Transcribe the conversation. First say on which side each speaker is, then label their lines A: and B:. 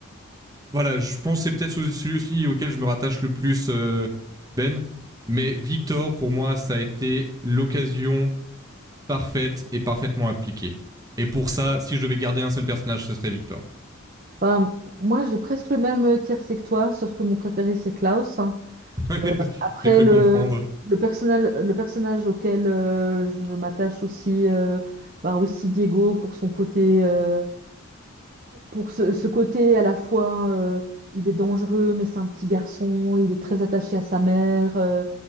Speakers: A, on the right; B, on the right.
A: voilà, je pense que c'est peut-être celui aussi auquel je me rattache le plus, euh, Ben. Mais Victor, pour moi, ça a été l'occasion parfaite et parfaitement appliquée. Et pour ça, si je devais garder un seul personnage, ce serait Victor.
B: Ben, moi, j'ai presque le même euh, tiercé que toi, sauf que mon préféré, c'est Klaus. hein.
A: <laughs>
B: Euh, après,
A: J'ai cru
B: le,
A: comprendre.
B: le, personnel- le personnage auquel euh, je m'attache aussi, euh, ben, aussi Diego, pour son côté, euh, pour ce, ce côté à la fois, euh, il est dangereux, mais c'est un petit garçon, il est très attaché à sa mère. euh,